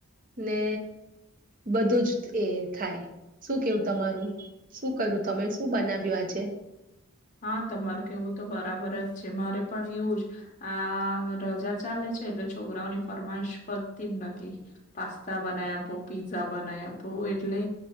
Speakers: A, on the right; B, on the left.
A: ને બધું જ એ ખાય શું કેવું. <unintelligible> કર્યું તમે શું બનાવી આજે
B: હા તમારું કેવું તો બરાબર જ છે, મારે પણ એવું જ આ રજા ચાલે છે, એટલે છોકરાઓની ફરમાઈશ પડતી જ નથી પાસ્તા બનાવી આપો પીઝા બનાવી આપો એટલે